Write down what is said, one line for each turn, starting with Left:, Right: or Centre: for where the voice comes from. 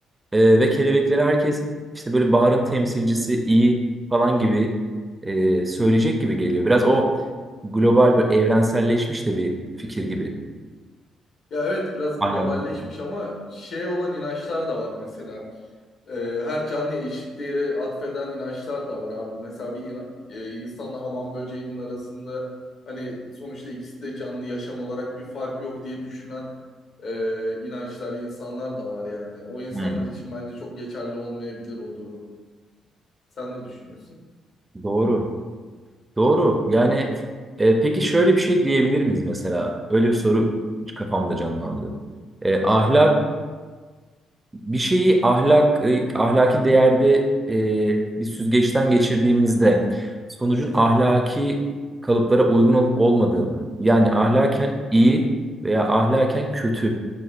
Right: e, ve kelebekleri herkes işte böyle baharın temsilcisi iyi falan gibi e, söyleyecek gibi geliyor. Biraz o global
Left: Hı hı.
Right: böyle evrenselleşmiş de bir fikir gibi.
Left: Ya evet biraz
Right: Ahlak.
Left: globalleşmiş ama şey olan inançlar da var mesela. Ee, her canlıya eşit değeri atfeden inançlar da var abi. Mesela bir ina- e, insanla hamam böceğinin arasında hani sonuçta ikisi de canlı yaşam olarak bir fark yok diye düşünen e, inançlar, insanlar da var yani. O insanlar
Right: Hmm.
Left: için bence çok geçerli olmayabilir o durum. Sen ne düşünüyorsun?
Right: Doğru. Doğru. Yani
Left: <laughs>
Right: e,
Left: Hı
Right: peki şöyle bir şey diyebilir miyiz mesela? Öyle bir soru kafamda canlandı. E, ahlak
Left: hı. Aha.
Right: bir şeyi ahlak e, ahlaki değerde e, bir süzgeçten geçirdiğimizde sonucun ahlaki kalıplara uygun olup olmadığını yani ahlaken
Left: Hı hı.
Right: iyi veya ahlaken kötü